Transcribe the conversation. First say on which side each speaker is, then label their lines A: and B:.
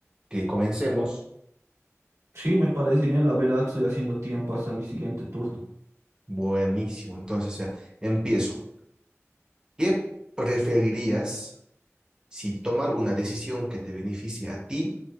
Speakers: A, on the right; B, on the right.
A: que comencemos.
B: Sí, me parece bien, la verdad estoy haciendo tiempo hasta mi siguiente turno.
A: Buenísimo, entonces, o sea, empiezo. ¿Qué preferirías si tomar una decisión que te beneficie a ti,